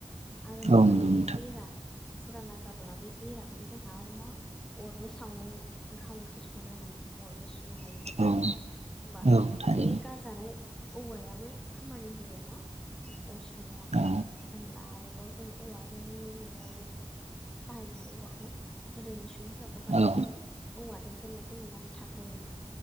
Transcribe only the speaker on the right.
औ नंगौ
नोंथां
औ औ थारैनो
औ
औ